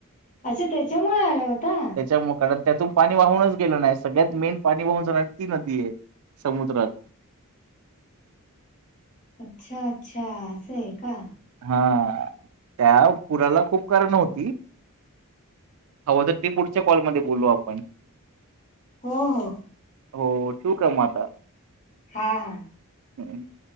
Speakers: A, on the left; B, on the right.
A: अच्छा त्याच्यामुळे आला होता.
B: त्याच्या मुळे कारण त्यातून पाणी वाहूनच गेलं नाही, सगळ्यात मेन पाणी वाहून जाणारी ती नदी आहे, समुद्रात.
A: अच्छा, अच्छा! असं आहे का?
B: हा, त्या पुराला खुप कारणं होती. हवं तर, ते पुढच्या कॉलमध्ये बोलू आपण.
A: हो, हो.
B: हो, ठेऊ का मग आता?
A: हा-हा.
B: <inaudible>